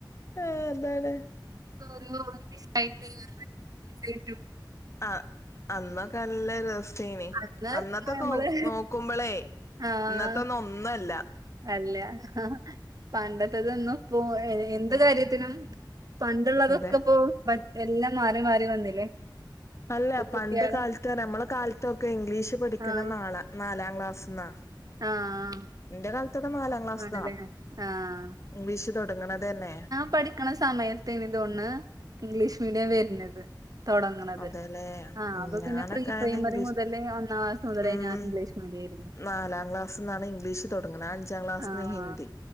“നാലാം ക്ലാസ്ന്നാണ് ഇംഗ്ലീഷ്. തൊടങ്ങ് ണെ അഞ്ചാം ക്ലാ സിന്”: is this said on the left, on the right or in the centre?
Left